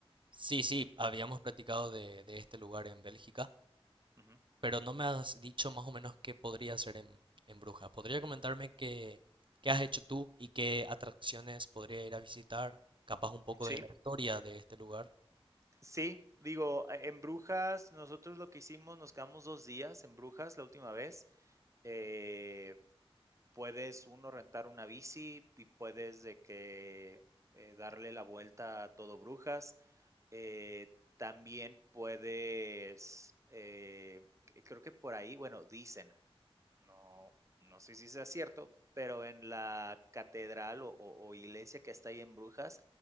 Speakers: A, on the right; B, on the right.
A: Sí, sí, habíamos platicado de, de este lugar en Bélgica,
B: Uh -huh.
A: pero no me has dicho más o menos qué podría ser en, en Brujas. ¿Podría comentarme qué, qué has hecho tú y qué atracciones podría ir a visitar? Capaz un poco
B: Sí,
A: de la historia de este lugar.
B: sí, digo, en Brujas, nosotros lo que hicimos, nos quedamos dos días en Brujas la última vez eh, puedes uno rentar una bici y puedes de que eh, darle la vuelta a todo Brujas. Eh, también puedes, eh, creo que por ahí, bueno, dicen no, no sé si sea cierto, pero en la catedral o, o- o iglesia que está ahí en Brujas,